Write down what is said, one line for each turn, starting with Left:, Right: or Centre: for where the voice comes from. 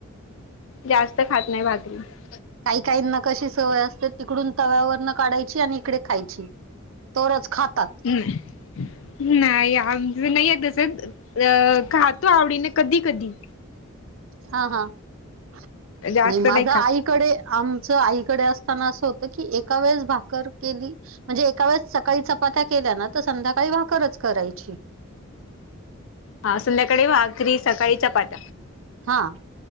Left: जास्त खात नाही भाकरी --
Right: काही काहीना कशी सवय असते.... तिकडून तव्या वरनं काढायची आणि इकडे खायची. तोरच खातात
Left: हम्मं. नाही... आमचं नाहीए तसं... अ... खातो आवडीने कधीं कधीं.
Right: हां हां... नाई....
Left: जास्त
Right: माझं
Left: नाही
Right: आईक
Left: खात.
Right: कडे, आमचं आईकडे असतांना असं होतं की... एका वेळेस भाकर केली म्हणजे एका वेळेस सकाळी चपात्या केल्या नां... तरं संध्याकाळी भाकरचं करायची.
Left: हा... संध्याकाळी भाकरी.... सकाळी चपाती.
Right: हां.